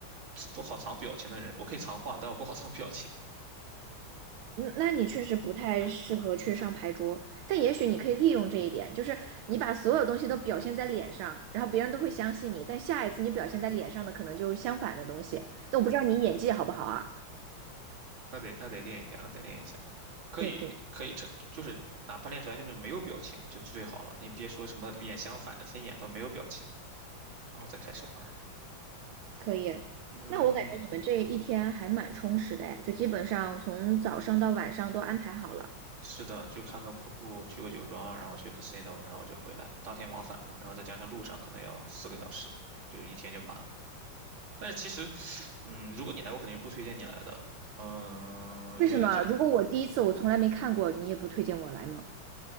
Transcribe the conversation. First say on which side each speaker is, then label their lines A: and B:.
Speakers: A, on the right; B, on the right.
A: 不好藏表情的人，我可以藏话，但我不好藏表情，
B: 嗯，那你确实不太适合去上牌桌，但也许你可以利用这一点，就是你把所有的东西都表现在脸上，然后别人都会相信你，但下一次你表现在脸上的可能就是相反的东西，但我不知道你演技好不好啊？
A: 那得那得练一下，那得练一下，可以可以成，
B: 对对，
A: 就是哪怕练出来就是没有表情就最好了，你别说什么脸相反的，先演到没有表情，然后再开始玩儿
B: 可以。
A: 嗯。
B: 那我感觉你们这一天还蛮充实的哎，就基本上从早上到晚上都安排好了。
A: 是的，就看个瀑布，去个酒庄，然后去 casino，然后就回来，当天往返嘛，然后再加上路上可能要四个小时，就一天就满了。但是其实，嗯，如果你来，我肯定是不推荐你来的。嗯，如果你来讲
B: 为什么？如果我第一次我从来没看过，你也不推荐我来吗？